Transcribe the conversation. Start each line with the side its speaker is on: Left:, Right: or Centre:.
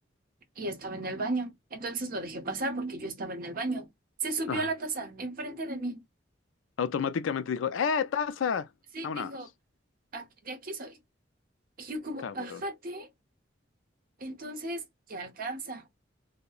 Right: y estaba en el baño. Entonces lo dejé pasar porque yo estaba en el baño. Se subió
Left: Ajá.
Right: a la taza enfrente de mí.
Left: Automáticamente dijo, ¡eh, taza!
Right: Sí,
Left: Vámonos.
Right: dijo, "Aquí- de aquí soy. Y yo como,
Left: Cabrón.
Right: bájate, entonces ya alcanza.